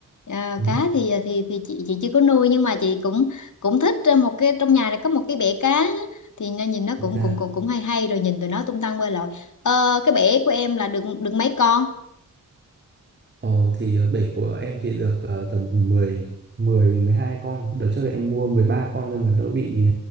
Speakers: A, on the left (about 60°); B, on the right (about 30°).
A: À,
B: Ừ.
A: cá thì thì thì chị chị chưa có nuôi nhưng mà chị cũng cũng thích ờ, một cái trong nhà này có một cái bể cá á. thì nó nhìn nó
B: Dạ
A: cũng cũng cũng cũng hay hay rồi nhìn tụi nó tung tăng bơi lội. Ờ, cái bể của em là được được mấy con?
B: Ờ, thì ờ, bể của em chỉ được ờ, tầm 10 10 12 con. Đợt trước thì em mua 13 con nhưng mà đỡ bị